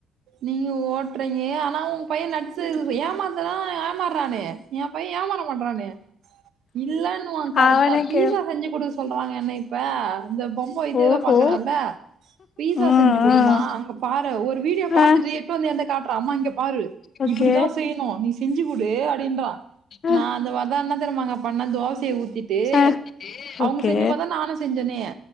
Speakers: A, on the right; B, on the left.
A: நீங்க ஓட்டுறீங்க ஆனா உங்க பைய நட்ஸ் எது ஏ மக தா ஏமாறான எ பைய ஏமாற மாட்றானே இல்லன்னுவா கரெக்டா
B: அவனே
A: பீஸா
B: கே
A: செஞ்சு குடுக்க சொல்றாங்க என்ன இப்ப அந்த பொம்ம இதுதா
B: ஓஹோ
A: பாக்குறான்ல பீஸா
B: ம்
A: செஞ்சு குடுமா
B: ம்
A: அங்க பார ஒரு வீடியோ
B: ஆ
A: பாத்துட்டு எட்டு வந்த என்ட்ட காட்டுறா அம்மா இங்க பாரு
B: ஓகே
A: இப்டிதா செய்யணு நீ செஞ்சு குடு அப்டின்றா
B: ஆ
A: நா அந்த மார்தா நா என்ன தெரிமாங்க பண்ண தோசய ஊத்திட்டு
B: ஆ
A: அவங்க
B: ஓகே
A: செஞ்சு மாதா நானு செஞ் ஞ்சனயே